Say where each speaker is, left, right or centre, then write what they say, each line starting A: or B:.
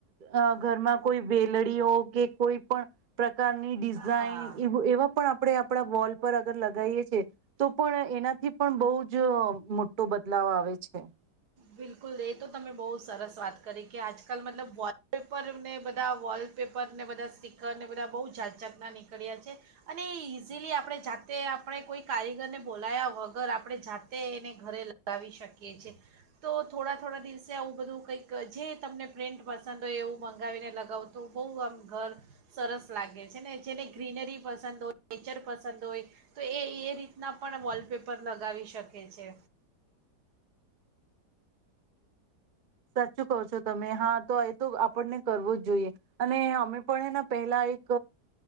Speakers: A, on the right; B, on the right.
A: અ ઘરમાં કોઈ વેલડીઓ કે કોઈ પણ પ્ર પ્રકારની ડિઝાઇન
B: હા
A: એવા પણ આપણે આપણા વોલ પર અગર લગાવએ છીએ. તો પણ એનાથી પણ બહુ જ મોટો બદલાવ આવે છે.
B: બિલકુલ. એ તો તમે બહુ સરસ વાત કરી કે આજકાલ મતલબ વોલપેપરને બધા વોલપેપરને બધા સ્ટીકરને બધા બહુ જાત જાતના નીકળ્યા છે અને ઇઝીલી આપણે જાતે આપણે કોઈ કારીગરને બોલાયા વગર આપણે જાતે એને ઘરે લગાવી શકીએ છીએ. તો થોડા થોડા દિવસે આવું બધું કંઈક જે તમને પ્રિન્ટ પસંદ હોય એવું મંગાવીને લગાવું તો બહુ આમ ઘર સરસ લાગે છે, ને જેને ગ્રીનરી પસંદ હોય, નેચર પસંદ હોય, તો એ એ રીતના પણ વોલપેપર લગાવી શકે છે.
A: સત શું કો છો તમે? હા તો તો આપણને કરવો જ જોઈએ. અને અમે પણ એને પહેલા એક